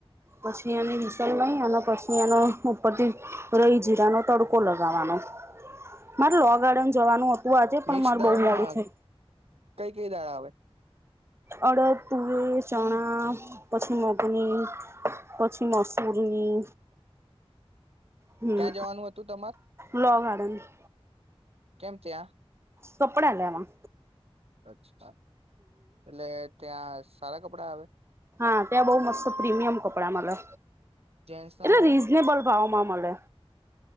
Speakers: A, on the right; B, on the right.
A: પછી એને વિસલવાઈ અને પછી એનો ઉપરથી રહી જીરાનો તડકો લગાવવાનો. મારે લો ગાર્ડન જવાનું હતું આજે પણ
B: મિક્સ
A: મારે
B: દાળમાં
A: બહુ મોડું થઈ
B: કઈ કઈ દાળ આવે.
A: અડદ પુવે ચણા પછી મગની. પછી મસૂરી હમ
B: ક્યાં જવાનું હતું તમાર?
A: લો ગાંડન. <unintelligible>
B: કેમ ત્યાં.
A: કપડા લેવામાં.
B: અચ્છા એટલે ત્યાં સારા કપડાં આવે.
A: હા ત્યાં બહુ મસ્ત પ્રીમિયમ કપડા મલે
B: જેન્ટસ ના
A: એટલે
B: મળે
A: રીઝનેબલ ભાવમાં મલે